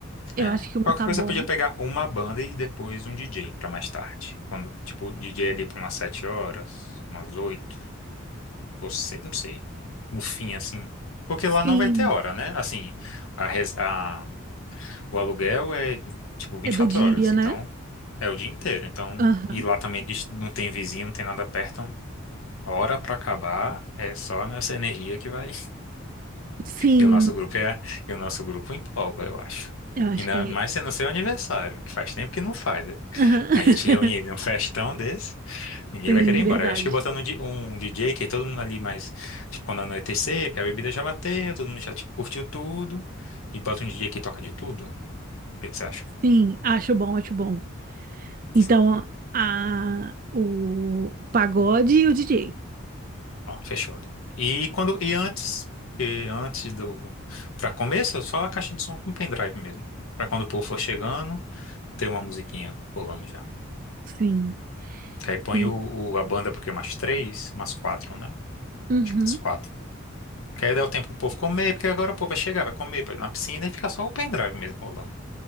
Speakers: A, on the right; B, on the left.
A: Eu
B: É.
A: acho que uma
B: Qualquer
A: tá
B: coisa
A: bom.
B: você podia pegar uma banda e depois um DJ pra mais tarde. Quando, tipo, o DJ ali pra umas sete horas, umas oito, ou sei, não sei. No fim, assim. Porque
A: Sim,
B: lá não vai ter hora, né? Assim, a, res- a- o aluguel é, tipo, vinte
A: é do
B: e quatro
A: dia,
B: horas. Então,
A: né?
B: é o dia inteiro. Então,
A: Aham.
B: e lá também diz- não tem vizinho, não tem nada perto. Então, hora pra acabar é só nessa energia que vai.
A: Sim,
B: E o nosso grupo é, e o nosso grupo empolga, eu acho.
A: eu acho
B: Ainda
A: que é.
B: mais sendo seu aniversário, que faz tempo que não faz.
A: Aham.
B: A gente reunir
A: <laughs>
B: num festão desse, ninguém
A: Sim,
B: vai querer ir embora.
A: verdade.
B: Eu acho que botando um, di- um DJ, que aí todo mundo ali mais, tipo, quando anoitecer, porque a bebida já bateu, todo mundo já, tipo, curtiu tudo, e bota um DJ que toca de tudo. O que que você acha?
A: Sim, acho bom, acho bom.
B: Show.
A: Então, a, o pagode e o DJ.
B: Pronto, fechado. E quando, e antes, e antes do, pra começo, só a caixa de som com pendrive mesmo. Pra quando o povo for chegando, ter uma musiquinha rolando já.
A: Sim.
B: Que aí põe
A: E,
B: o, o- a banda, porque umas três, umas quatro, né?
A: uhum,
B: Acho que umas quatro. Que aí dá o tempo pro povo comer, porque agora o povo vai chegar, vai comer, vai na piscina e fica só o pendrive mesmo rolando.